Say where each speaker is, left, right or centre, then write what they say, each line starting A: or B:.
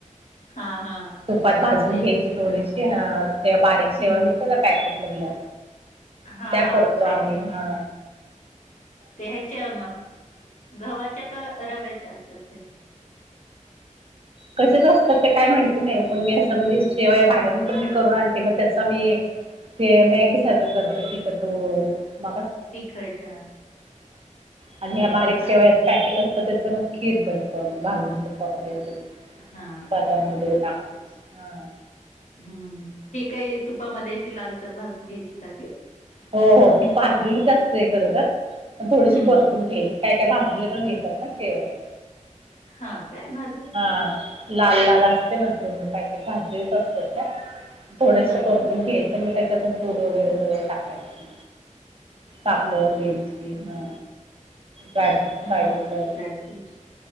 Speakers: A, on the left; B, on the right.
A: हा हा.
B: तुपात भाजून
A: ते
B: घ्यायची थोडीशी तेव्हा बारीक सेवा
A: हम्म
B: मी त्या ना पॅकेट मधल्या
A: हा
B: त्या करतो आम्ही
A: पॅकेट
B: हा
A: मधल्या ते ह्याच्या मग गव्हाच्या का रव्याच्या असतात ते
B: कसेच असतात ते काय माहिती नाही पण मी असं म्हणजे शिवाय बाहेरून पण मी करून आणते मग त्याचा मी ते मॅगी सारखं करत चिकट म.
A: तिखट हम्म
B: त्या बारीक सेवा,
A: हा
B: पॅकेट असतं त्याच मग खीर करतो आम्ही भाजून तुपामध्ये वगैरे,
A: हा
B: बदम वगैरे टाकून हा.
A: हम् ठीक आहे तुपामध्ये अशी लालसर भाजून घ्यायची काधी
B: हो हो ती भाजलेलीच असत खर तर थोडीशी
A: हम्म
B: परतून
A: हम्म
B: घ्यायची काय काय भाजलेली पण, ना सेवा आहे.
A: हा काय भा
B: हा लाल लाल असते ना पूर्ण पॅकेट भाजरीच असतात त्या थोडस
A: हा
B: परतून
A: का
B: घ्यायचं म त्याच्यातून गूड वगैरे सगळं टाकायचं.
A: हम्म
B: साखर
A: हम्म
B: वेलची
A: हम्म
B: हा य पाहिजे
A: हा
B: तर
A: ड्रायफ्रूट्स